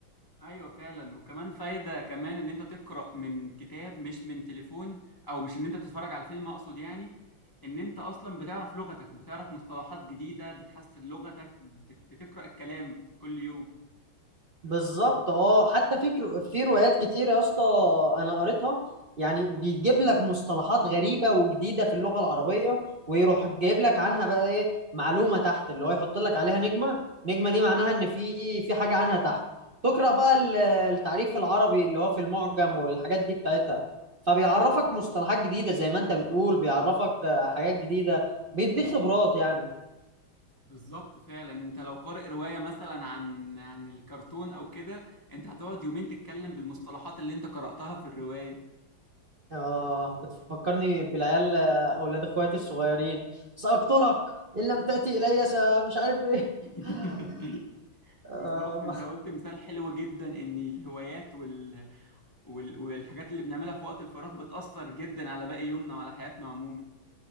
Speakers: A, on the left; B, on the right.
A: ايوه فعلا وكمان فايدة كمان ان انت تقرأ من كتاب مش من تليفون او مش ان انت تتفرج على الفيلم اقصد يعني ان انت اصلا بتعرف لغتك بتعرف مصطلحات جديدة بتحسن لغتك بت- بتقرأ الكلام كل يوم
B: بالظبط اه حتى في كرو- في روايات كتير يا اسطى انا قريتها يعني بيجيب لك مصطلحات غريبه وجديده في اللغه العربيه ويروح جايب لك عنها بقى ايه معلومه تحت اللي هو يحط لك عليها نجمه نجمه دي معناها ان في في حاجه عنها تحت تقرا بقى ال- التعريف العربي اللي هو في المعجم والحاجات دي بتاعتها فبيعرفك مصطلحات جديده زي ما انت بتقول بيعرفك آه، حاجات جديده بيديك خبرات يعني
A: بالظبط فعلا انت لو قارئ رواية مثلا عن عن الكرتون او كده انت هتقعد يومين تتكلم بالمصطلحات اللي انت قرأتها في الرواية
B: آه بتفكرني بالعيال آه، أولاد إخواتي الصغيرين سأقتلك إن لم تأتي إلي سا- مش عارف إيه
A: <laughs>
B: <laughs> آه
A: بالظبط انت قلت مثال حلو جدا ان الهوايات وال... وال... والحاجات اللي بنعملها في وقت الفراغ بتأثر جدا على باقي يومنا وعلى حياتنا عموما